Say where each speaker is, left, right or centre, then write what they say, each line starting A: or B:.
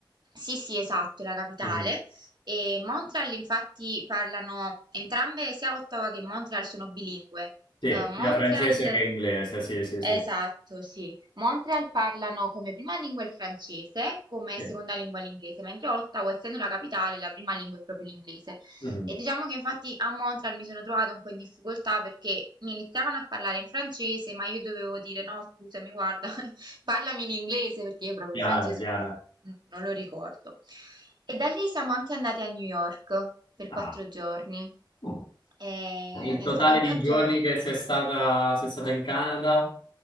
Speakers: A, on the right; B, on the left.
A: Sì, sì, esatto, è la capitale.
B: Mm,
A: E Montreal, infatti, parlano entrambe, sia Ottawa che Montreal sono bilingue.
B: Sì,
A: Eh, Montreal,
B: sia francese che inglese, sì, sì,
A: esatto,
B: sì.
A: sì. Montreal parlano come prima lingua il francese, come
B: Sì.
A: seconda lingua l'inglese, mentre Ottawa, essendo la capitale, la prima lingua è proprio l'inglese.
B: Mm,
A: E diciamo che infatti a Montreal mi sono trovata un po' in difficoltà perché mi iniziavano a parlare in francese, ma io dovevo dire no, scusami, guarda, Parlami in inglese perché io proprio
B: Chiaro,
A: il francese
B: chiaro.
A: non, non lo ricordo. E da lì siamo anche andati a New York per
B: Ah,
A: quattro giorni.
B: oh.
A: E-
B: Il totale
A: È stato un
B: di
A: viaggio,
B: giorni che sei stata, sei stata in Canada?